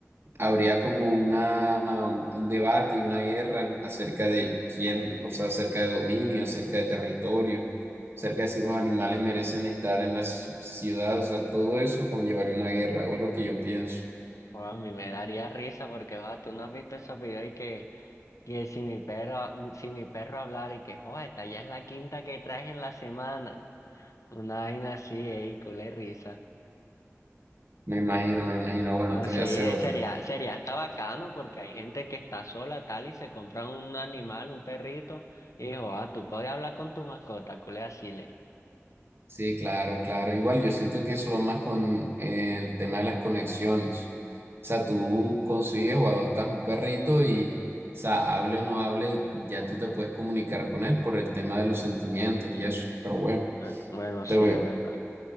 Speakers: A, on the right (about 45°); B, on the left (about 80°).
A: habría como una, um, un debate y una guerra acerca de quién, o sea, acerca de dominio, acerca de territorio, acerca de si los animales merecen estar en la ci- ciudad, o sea, todo eso conllevaría una guerra, o es lo que yo pienso.
B: o a mí me daría risa porque, va, tú no has visto esos videos y que Que si mi perro, mm, si mi perro hablara y que, joder, esta ya es la quinta que traes en la semana. Una vaina así, ey, culé risa.
A: Me imagino, me imagino. Bueno,
B: No
A: te
B: sé,
A: voy a hacer otra.
B: sería, sería hasta bacano porque hay gente que está sola tal y se compra un animal, un perrito, y dijo, ah, tú puedes hablar con tu mascota, culé así le.
A: Sí, claro, claro. Igual yo siento que eso va más con el tema de las conexiones. O sea, tú consigues o adoptas un perrito y, o sea, hable o no hable, ya tú te puedes comunicar con él por el tema de los sentimientos y eso. Pero bueno,
B: Ah, Bueno, sí,
A: te voy,
B: es verdad.